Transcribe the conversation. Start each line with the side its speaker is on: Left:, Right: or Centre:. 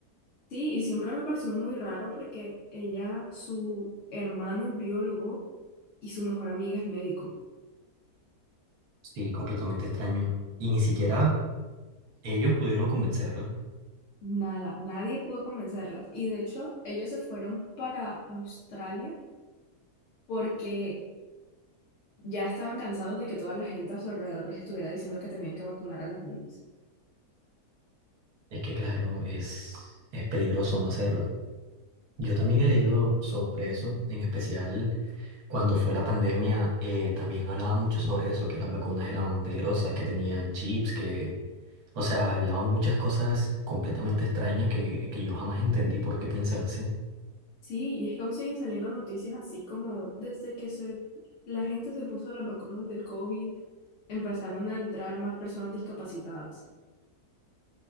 Left: Sí, y siempre me pareció muy raro porque ella, su hermano es biólogo y su mejor amiga es médico.
Right: Sí, completamente extraño. Y ni siquiera ellos pudieron convencerla.
Left: Nada, nadie pudo convencerlas. Y de hecho, ellos se fueron para Australia porque ya estaban cansados de que toda la gente a su alrededor les estuviera diciendo que tenían que vacunar a los niños.
Right: Es que, claro, es, es peligroso no hacerlo. Yo también he leído sobre eso, en especial cuando fue la pandemia, eh, también hablaban mucho sobre eso, que las vacunas eran peligrosas, que tenían chips, que, o sea, hablaban muchas cosas completamente extrañas que, que yo jamás entendí por qué piensan así.
Left: Sí, y es que aún siguen saliendo noticias así como desde que se, la gente se puso las vacunas del COVID, empezaron a entrar más personas discapacitadas.